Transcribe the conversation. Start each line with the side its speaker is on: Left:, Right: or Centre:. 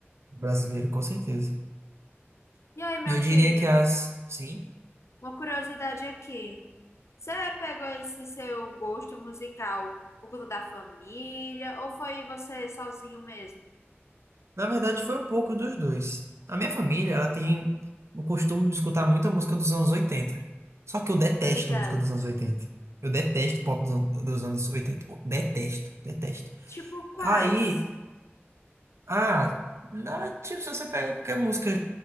Right: O brasileiro, com certeza.
Left: E aí, meu
Right: Eu
Left: filho,
Right: diria que as. Sim.
Left: uma curiosidade aqui. Você pegou esse seu gosto musical por conta da família ou foi você sozinho mesmo?
Right: Na verdade, foi um pouco dos dois. A minha família, ela tem o costume de escutar muita música dos anos oitenta Só que eu detesto
Left: Tô ligada.
Right: música dos anos oitenta Eu detesto pop dos, an- dos anos oitenta Eu Detesto, detesto.
Left: Tipo, quais?
Right: Aí, ah, na- tipo, se você pega qualquer música